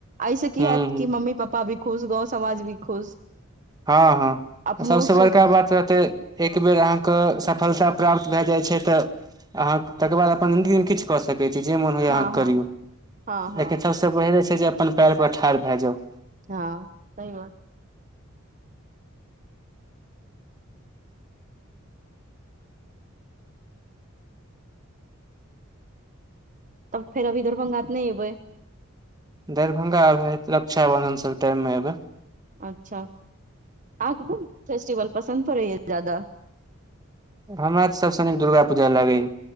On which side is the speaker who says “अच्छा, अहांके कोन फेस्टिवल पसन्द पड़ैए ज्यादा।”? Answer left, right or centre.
Right